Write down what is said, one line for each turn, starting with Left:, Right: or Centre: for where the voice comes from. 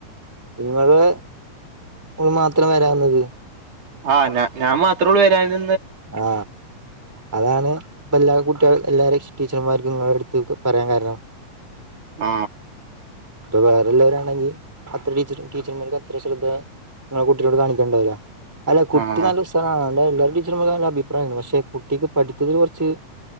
Centre: നിങ്ങള് മാത്രം വരാവുന്നത്.
Right: ആ ഞ ഞാൻ മാത്രേ ഉള്ളൂ വരാന്.
Centre: ആ അതാണ് ഇപ്പ എല്ലാ കുട്ട് കുട്ടികൾ എല്ലാരേം ടീച്ചർമാർക്കും നിങ്ങളുടെ അടുതെക്കും പറയാൻ കാരണം.
Right: ആ
Centre: ഇപ്പൊ വേറെ വല്ലവരും ആണെങ്കി അത്ര ടീച്ചർ ടീച്ചർമാർക്ക് അത്ര ശ്രദ്ധ നിങ്ങടെ കുട്ടിനോട് കാണിക്കേണ്ടാവില്ല. അല്ല കുട്ടി
Right: ആഹ്
Centre: നല്ല ഉസാറാണ് ഒള്ള എല്ലാ ടീച്ചറുമ്മാർക്കും നല്ല അഭിപ്രായാണ് പക്ഷെ കുട്ടിക്ക് പഠിത്തത്തിൽ കുറച്ച്